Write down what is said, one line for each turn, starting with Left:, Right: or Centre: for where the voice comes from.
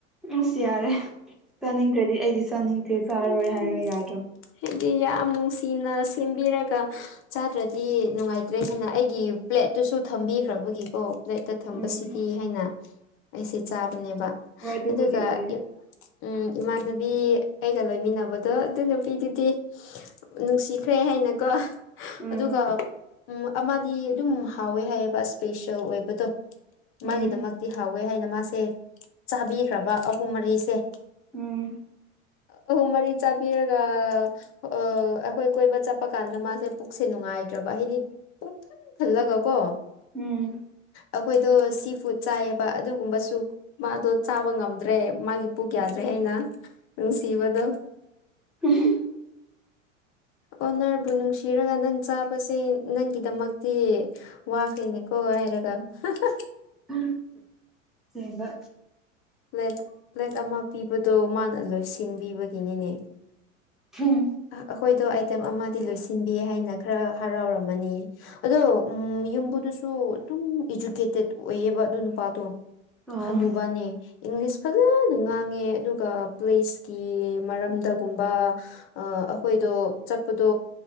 Centre: ꯑꯁ ꯌꯥꯔꯦ ꯆꯥꯅꯤꯡꯗ꯭ꯔꯗꯤ ꯑꯩꯗꯤ ꯆꯥꯅꯤꯡꯗꯦ ꯆꯥꯔꯣꯏ
Left: ꯎꯝ
Centre: ꯍꯥꯏꯔ ꯌꯥꯗ꯭ꯔꯣ
Left: ꯍꯥꯏꯗꯤ ꯌꯥꯝ ꯅꯨꯡꯁꯤꯅ ꯁꯦꯝꯕꯤꯔꯒ ꯆꯥꯗ꯭ꯔꯗꯤ ꯅꯨꯡꯉꯥꯏꯇ꯭ꯔꯦꯗꯅ ꯑꯩꯒꯤ ꯄ꯭ꯂꯦꯠꯇꯨꯁꯨ ꯊꯝꯕꯤꯈ꯭ꯔꯕꯒꯤꯀꯣ ꯄ꯭ꯂꯦꯠꯇ ꯊꯝꯕꯁꯤꯗꯤ
Centre: ꯎꯝ
Left: ꯍꯥꯏꯅ ꯑꯩꯁꯦ ꯆꯥꯕꯅꯦꯕ
Centre: ꯍꯣꯏ ꯑꯗꯨꯕꯨꯗꯤ
Left: ꯑꯗꯨꯒ
Centre: ꯑꯣꯏꯌꯦ
Left: ꯎꯝ ꯏꯃꯥꯅ ꯕꯤ ꯑꯩꯒ ꯂꯩꯃꯤꯟꯅꯕꯗꯣ ꯑꯗꯨ ꯅꯨꯄꯤꯗꯨꯗꯤ ꯅꯨꯡꯁꯤꯈ꯭ꯔꯦ ꯍꯥꯏꯅꯀꯣ
Centre: ꯎꯝ
Left: ꯑꯗꯨꯒ ꯎꯝ ꯑꯃꯗꯤ ꯑꯗꯨꯝ ꯍꯥꯎꯋꯦ ꯍꯥꯏꯌꯦꯕ ꯏꯁꯄꯦꯁꯦꯜ ꯑꯣꯏꯕꯗꯣ
Centre: ꯎꯝ
Left: ꯃꯥꯒꯤꯗꯃꯛꯇꯤ ꯍꯥꯎꯋꯦ ꯍꯥꯏꯅ ꯃꯥꯁꯦ ꯆꯥꯕꯤꯈ꯭ꯔꯕ ꯑꯍꯨꯝ ꯃꯔꯤꯁꯦ
Centre: ꯎꯝ
Left: ꯑꯍꯨꯝ ꯃꯔꯤ ꯆꯥꯕꯤꯔꯒ ꯑꯥ ꯑꯈꯣꯏ ꯀꯣꯏꯕ ꯆꯠꯄ ꯀꯥꯟꯗ ꯃꯥꯁꯦ ꯄꯨꯛ ꯁꯦ ꯅꯨꯡꯉꯥꯏꯇ꯭ꯔꯕ ꯍꯥꯏꯗꯤ ꯄꯨꯡꯊꯟ ꯊꯜꯂꯒ ꯀꯣ
Centre: ꯎꯝ
Left: ꯑꯈꯣꯏꯗꯣ ꯁꯤ ꯐꯨꯗ ꯆꯥꯏꯌꯦꯕ ꯑꯗꯨꯒꯨꯝꯕꯁꯨ ꯃꯥꯗꯣ ꯆꯥꯕ ꯉꯝꯗ꯭ꯔꯦ ꯃꯥꯒꯤ ꯄꯨꯛ ꯌꯥꯗ꯭ꯔꯦ ꯍꯥꯏꯅ ꯅꯨꯡꯁꯤꯕꯗꯣ
Centre: <unintelligible>
Left: ꯑꯣꯅꯔꯕꯨ ꯅꯨꯡꯁꯤꯔꯒ ꯅꯪ ꯆꯥꯕꯁꯦ ꯅꯪꯒꯤꯗꯃꯛꯇꯤ ꯋꯥꯈ꯭ꯔꯦꯅꯦꯀꯣ ꯍꯥꯏꯔꯒ ꯍꯍꯥ
Centre: <unintelligible> ꯀꯩꯕ
Left: ꯄ꯭ꯂꯦꯠ ꯄ꯭ꯂꯦꯠ ꯑꯃ ꯄꯤꯕꯗꯣ ꯃꯥꯅ ꯂꯣꯏꯁꯤꯟꯕꯤꯕꯒꯤꯅꯤꯅꯦ
Centre: <unintelligible>
Left: ꯑꯈꯣꯏꯗꯣ ꯑꯥꯏꯇꯦꯝ ꯑꯃꯗꯤ ꯂꯣꯏꯁꯤꯟꯕꯤ ꯍꯥꯏꯅ ꯈꯔ ꯍꯔꯥꯎꯔꯝꯃꯅꯤ ꯑꯗꯣ ꯎꯝ ꯌꯨꯝꯕꯨꯗꯨꯁꯨ ꯑꯗꯨꯝ ꯏꯖꯨꯀꯦꯇꯦꯠ ꯑꯣꯏꯌꯦꯕ ꯑꯗꯨ ꯅꯨꯄꯥꯗꯣ
Centre: ꯑꯣ
Left: ꯍꯅꯨꯕꯅꯦ ꯏꯪꯂꯤꯁ ꯐꯖꯅ ꯉꯥꯡꯉꯦ ꯑꯗꯨꯒ ꯄ꯭ꯂꯦꯁꯀꯤ ꯃꯔꯝꯗꯥꯒꯨꯝꯕ ꯑꯥ ꯑꯈꯣꯏꯗꯣ ꯆꯠꯄꯗꯣ